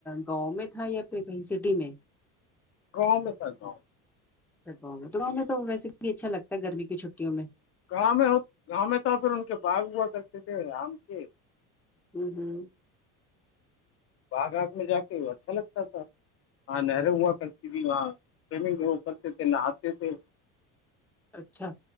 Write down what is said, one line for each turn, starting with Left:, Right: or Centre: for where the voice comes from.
Centre: گاؤں میں تھا یا پھر کہیں سٹی میں
Left: گاؤں میں تھا گاؤں
Centre: گاؤں میں تو ویسے بھی اچھا لگتا ہے گرمی کی چھٹیوں میں
Left: گاؤں میں گاؤں میں تھا پھر ان کے باغ ہوا کرتے تھے آم کے
Centre: ہوں ہوں
Left: باگ آگ میں جا کے وہ اچھا لگتا تھا ہاں نہریں ہوا کرتی تھی وہاں منگ کرتے تھے نہاتے تھے
Centre: اچھا